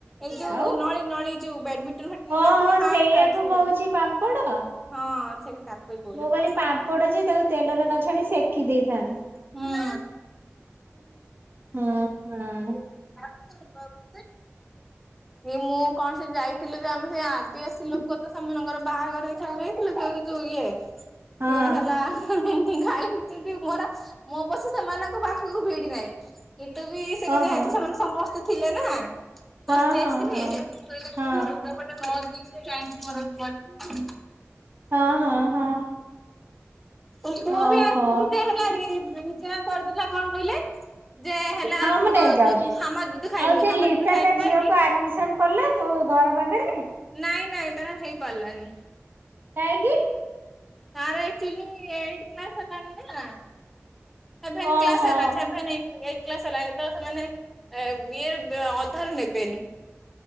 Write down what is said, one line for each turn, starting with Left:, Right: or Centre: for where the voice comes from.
Centre: ଏ ଯୋଉ
Right: ଆଉ
Centre: ନଳି ନଳି ଯୋଉ ବ୍ୟାଡମିଣ୍ଟନ <unintelligible>
Right: ଓହୋ
Centre: ଆସେନି ହାଟ
Right: ସେଇଆକୁ
Centre: ହାଟ ସେଗୁଡା।
Right: କହୁଛି ପାମ୍ପଡ
Centre: ହଁ ଠିକ ତାକୁ ବି କହୁଚି
Right: ମୁଁ କହିଲି
Centre: ପାମ୍ପଡ।
Right: ପାମ୍ପଡ ଯେ ତାକୁ ତେଲରେ ନ ଛାଣି ସେକି ଦେଇଥାନ୍
Centre: ହୁଁ
Right: ହୁଁ ହୁଁ।
Centre: <inaudible> କି ମୁଁ କଣ ସେ ଯାଇ ଥିଲେ ଯେ ଆମେ ସେ ଆଦିବାସୀ ଲୋକ ତ ସେମାନଙ୍କର ବାହାଘର ଦେଖିବାକୁ <unintelligible> ଯୁ ଇଏ
Right: ହଁ
Centre: ସିଏ ହେଲା ଗାଳିଛନ୍ତି ମରା ମ ବସ ସେମାନଙ୍କ ପାଖକୁ ଭିଡି ନାହିଁ। ଏଠୁ ବି ସେମାନେ
Right: ଓହୋ
Centre: ଯେହେତୁ ସେମାନେ ସମସ୍ତେ ଥିଲେ ନା।
Right: ହଁ
Centre: <unintelligible> ହେଠୁ
Right: ହଁ
Centre: କହିଲେ
Right: ହଁ ହଁ
Centre: ଲୁଗାପଟା ନ ଧୁଇଁକିରି କାହିଁକି
Right: ହଁ- ହଁ -ହଁ।
Centre: ଓ ପୁଅବି
Right: ଓହୋ।
Centre: ଆସିଛିି ଦେ ହେଲାଣି <unintelligible> କଣ କହିଲେ? ଯେ ହେଲା
Right: ହଁ ମୁଁ ନେଇ ଯାଉଛି
Centre: ହାମା ଦୁଧ ଖାଇମି
Right: ଆଉ ସେ
Centre: ହାମା
Right: ଲିସା
Centre: ଦୁଧ ଖାଇମି
Right: ତା
Centre: କହିକି
Right: ଝିଅକୁ ଆଡମିସନ କଲା? ତ ଘର ପାଖରେ।
Centre: ନାଇଁ ନାଇଁ ତା ହେଇପାରିଲାନି।
Right: କାହିଁକି?
Centre: ତାର ଆକ୍ଚୁଲି ଏଇଟ୍ କ୍ଲାସ୍ ହେଲାଣି ନା ସେଭେନ୍
Right: ଓହୋ
Centre: କ୍ଲାସ୍ ହେଲାଣି ସେଭେନ୍ ଏଇ ଏଇକ କ୍ଲାସ ହେଲାଣି ତ ସେମାନେ ଏ ବିଏ ବା ଅଧାରୁ ନେବେନି।